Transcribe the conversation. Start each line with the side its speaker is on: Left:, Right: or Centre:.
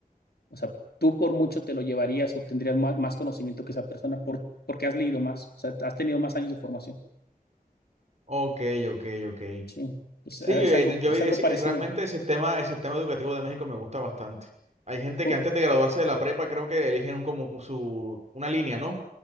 Left: O sea, tú por mucho te lo llevarías o tendrías más, más conocimiento que esa persona por, porque has leído más, o sea, has tenido más años de formación.
Right: Ok, ok, ok.
Left: Sí, es,
Right: Sí,
Left: es
Right: yo, eh,
Left: algo,
Right: yo
Left: es
Right: vi-
Left: algo
Right: es- eh,
Left: parecido.
Right: realmente el sistema, el sistema educativo de México me gusta bastante. Hay gente
Left: Por,
Right: que antes de graduarse de la prepa creo que eligen un, como su, una línea, ¿no?